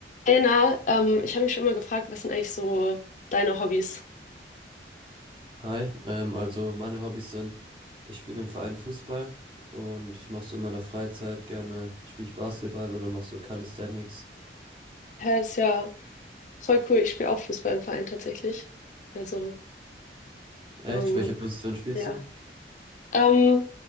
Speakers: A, on the left (about 45°); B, on the right (about 30°).
A: Hey Na, ähm, ich habe mich schon immer gefragt, was sind eigentlich so deine Hobbys?
B: Hi, ähm, also meine Hobbys sind, ich spiele im Verein Fußball und ich mache so in meiner Freizeit gerne, spiele ich Basketball oder mach so Calisthenics.
A: Hä, ist ja voll cool. Ich spiele auch Fußball im Verein tatsächlich. Also,
B: Echt?
A: ähm,
B: Welche Position spielst
A: ja.
B: du?
A: Ähm,